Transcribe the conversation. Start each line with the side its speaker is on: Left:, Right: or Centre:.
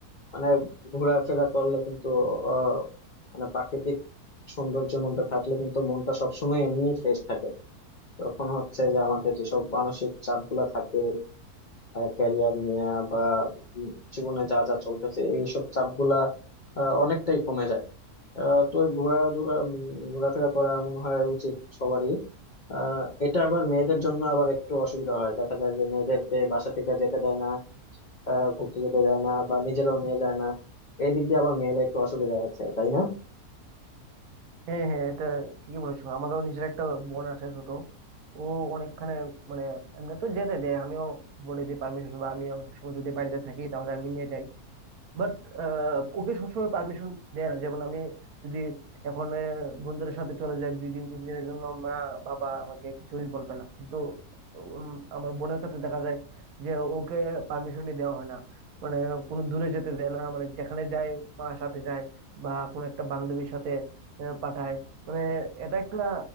Left: মানে ঘোরাফেরা করলে কিন্তু আহ মানে প্রাকৃতিক সৌন্দর্যের মধ্যে থাকলে কিন্তু মনটা সবসময় এমনি ফ্রেশ থাকে তখন হচ্ছে যে আমাদের যেসব মানসিক চাপ গুলা থাকে ক্যারিয়ার নিয়ে বা উম জীবনে যা যা চলতেছে এইসব চাপ গুলা অনেকটাই কমে যায় আহ, তো এই ঘোরাধুরা উম, ঘোরাফেরা করা মনে হয় উচিত সবারই আহ, এটা আবার মেয়েদের জন্য আবার একটু অসুবিধা হয় দেখা যায় যে মেয়েদেরকে বাসা থেকে যেতে দেয় না আহ, ঘুরতে যেতে দেয় না বা নিজেরাও নিয়ে যায় না এই দিক দিয়ে আবার মেয়েদের একটু অসুবিধা আছে তাই না
Right: হ্যাঁ হ্যাঁ এটা ঠিকই বলেছো আমারও নিজের একটা বোন আছে ছোট ও অনেকখানে মানে এমনি তো যেতে দেয় আমিও বলে দিই পারমিশন বা আমি অনেক সময় যদি বাড়িতে থাকি তাহলে আমি নিয়ে যাই বাট ওকে সবসময় পারমিশন দেয় না যেমন আমি যদি এখন আহ, বন্ধুদের সাথে চলে যাই দুই দিন তিন দিনের জন্য মা বাবা আমাকে কিছুই বলবে না কিন্তু উম, আমার বোনের ক্ষেত্রে দেখা যায় যে ওকে পারমিশনই দেওয়া হয় না মানে কোনো দূরে যেতে দেয় না মানে যেখানে যায় মার সাথে যায় বা কোনো একটা বান্ধবীর সাথে আহ, পাঠায় মানে এটা একটা